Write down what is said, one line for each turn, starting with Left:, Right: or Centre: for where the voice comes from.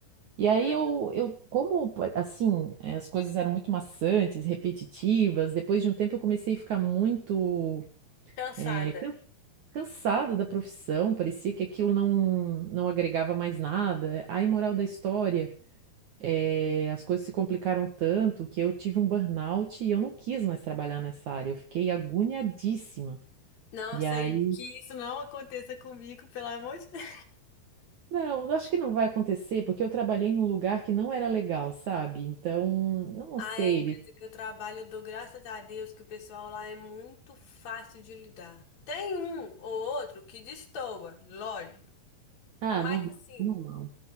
Right: E aí
Left: hum,
Right: eu, eu como pa- assim, eh, as coisas eram muito maçantes, repetitivas, depois de um tempo eu comecei a ficar muito
Left: cansada.
Right: eh, can- cansada da profissão, parecia que aquilo não, não agregava mais nada. Aí, moral da história eh, as coisas se complicaram tanto que eu tive um burnout e eu não quis mais trabalhar nessa área. Eu fiquei agoniadíssima.
Left: Nossa,
Right: E aí,
Left: que isso não aconteça comigo, pelo amor de Deus.
Right: não, acho que não vai acontecer, porque eu trabalhei num lugar que não era legal, sabe? Então, eu não
Left: Ai,
Right: sei,
Left: a empresa
Right: ele.
Left: que eu trabalho, eu dou graças a Deus que o pessoal lá é muito fácil de lidar. Tem um ou outro que destoa, lógico.
Right: Ah,
Left: Mas
Right: norma-
Left: assim,
Right: normal.